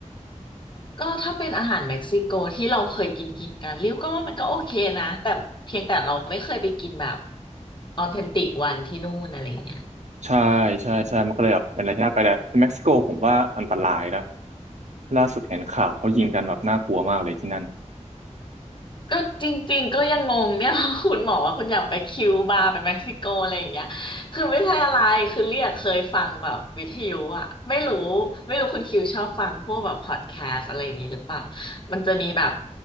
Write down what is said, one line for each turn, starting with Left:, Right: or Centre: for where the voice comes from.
Left: ก็ถ้าเป็นอาหารเม็กซิโกที่เราเคยกินกินกันริ้วก็ว่ามันก็โอเคนะแต่เพียงแต่เราไม่เคยไปกินแบบออเทนติกวันที่นู่นอะไรอย่างเงี้ย
Right: ใช่ใช่ใช่มันก็เลยแบบเป็นอะไรที่น่าไปแต่เม็กซิโกผมว่าอันตรายนะล่าสุดเห็นข่าวเขายิงกันแบบน่ากลัวมากเลยที่นั่น
Left: ก็จริงๆก็ยังงงเนี่ย <laughs> คุณหมอว่าคุณอยากไปคิวบาไปเม็กซิโกอะไรอย่างเงี้ยคือไม่ใช่อะไรคือเรียกเคยฟังแบบวิทยุอะไม่รู้ไม่รู้คุณคิวชอบฟังพวกแบบพอดแคสต์อะไรอย่างงี้หรือเปล่ามันจะมีแบบ